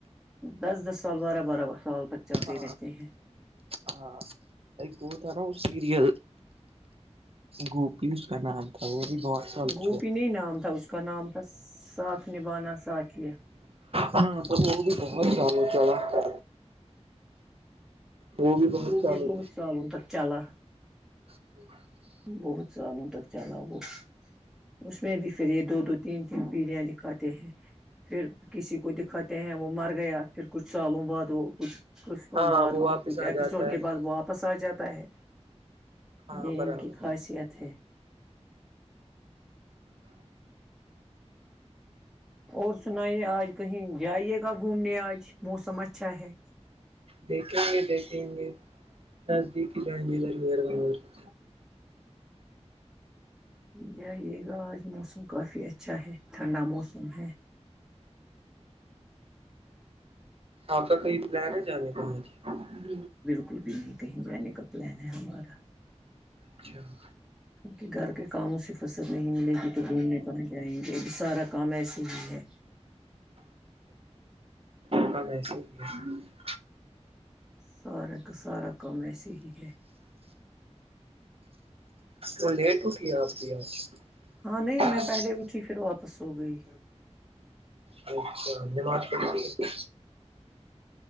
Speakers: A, in the centre; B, on the right (about 55°).
A: دس دس سال بارہ بارہ سال تک چلتے
B: ہاں
A: رہتے ہیں
B: ہاں لک وہتا نا سیریل گوپی اس کا نام پ بھی بہت سال <inaudible>
A: گوپی نہیں نام تھا اس کا نام تھا ساتھ نبھانا ساتھیا
B: ہ تو وہ بھی بہت شیا چا <inaudible> وہ بھی بہت چالو
A: بہت سالوں تک چلا
B: ج ہے <inaudible>
A: بہت سالوں تک چلا وہ اس میں بھی پھر یہ دو دو تین تین پیھیاں دکھاتے ہیں پھر کسی کو دکھاتے ہیں وہ مر گیا پھر کچھ سالوں بعد وہ کچھ کچھ تو
B: ہاں
A: بعد وہ
B: واپس
A: کچھ
B: آ
A: اپپیسوڈ
B: جاتا
A: کے
B: ہے
A: بعد واپس آ جاتا ہے
B: ہاں
A: یہ
B: برابر
A: ان کی خاصیت ہے اور سنائیے آج کہیں جائیے گا گھومنے آج موسم اچھا ہے
B: دیکھیں گے دیکھیں گے نزدیکی ججیلر وغیرہیرہ
A: جئیے گا آج موسم کافی اچھا ہے ٹھنڈا موسم ہے
B: آپ کا کہئی پلان ہے جانے کا ماں ج <inaudible>
A: کو بھی نہیں کہیں جانے کا پلان ہے ہمارا <inaudible>
B: اچچھا <inaudible>
A: کہ گھر کے کاموں سے فصد نہیں ملے گی تو گھومنے کہاں جائیں گے سارا کام ایسے ہی ہے
B: ہ <inaudible> ایسیے ہی <inaudible>
A: سارا کا سارا کام ایسے ہی ہے
B: وہ لیٹ اٹھی ہے آپ کی آج
A: ہاں
B: م
A: نہیں میں پہلے اٹھی
B: <inaudible>
A: پھر واپس سو گئی
B: اچھااات پ <inaudible>